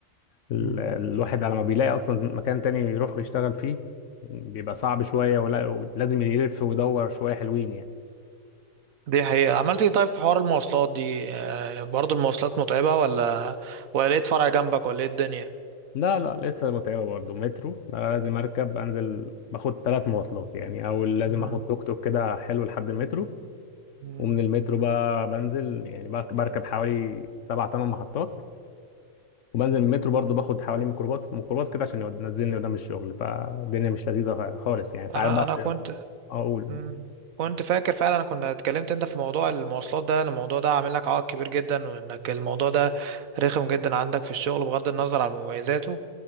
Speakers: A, on the left; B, on the right.
A: ال-
B: مم.
A: الواحد على ما بيلاقي اصلا مكان تاني يروح يشتغل فيه بيبقى صعب شوية ولا ولازم يلف ويدور شوية حلوين يعني
B: دي حقيقة عملت إيه طيب في حوار المواصلات دي آه، برضو المواصلات متعبة ولا ولا لقيت فرع جنبك ولا إيه الدنيا؟
A: لا لا لسه متعبة برضه مترو انا لازم اركب انزل باخد ثلاث مواصلات يعني او لازم
B: مم.
A: اخد توك توك كده حلو لحد المترو
B: مم.
A: ومن المترو بقى بنزل يعني بق- بركب حوالي سبع ثمان محطات وبنزل من المترو برضه باخد حوالي ميكروباص ميكروباص كده عشان يود- ينزلني قدام الشغل فالدنيا مش لذيذة خالص يعني تعال
B: أنا
A: بقى
B: أنا
A: في-
B: كنت
A: <laughs> اقول
B: مم. كنت فاكر فعلا كنا اتكلمت أنت في موضوع المواصلات ده الموضوع ده عامل لك عائق كبير جدا وإنك الموضوع ده رخم جدا عندك في الشغل بغض النظر عن مميزاته